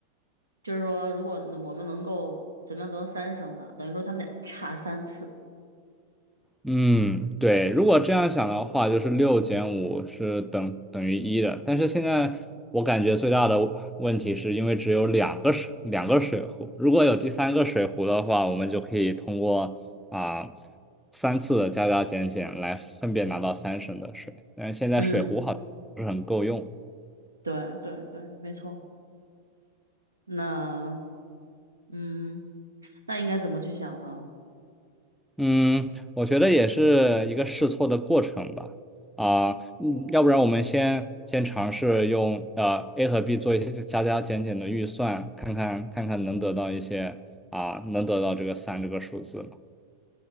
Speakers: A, on the right; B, in the centre.
A: 就是说如果我们能够怎么样得到三声呢？等于说他们得差三次。
B: 嗯，对，如果这样想的话，就是六减五是等等于一的。但是现在我感觉最大的问题是因为只有两个水两个水壶，如果有第三个水壶的话，我们就可以通过啊、三次的加加减减来分别拿到三升的水。但是现在水壶好像不是很够用。
A: 嗯，对对对，没错。那嗯，那应该怎么去想呢？
B: 嗯，我觉得也是一个试错的过程吧。啊、嗯，要不然我们先先尝试用呃 A 和 B 做一些加加减减的预算，看看看看能得到一些啊、能得到这个三这个数字吗？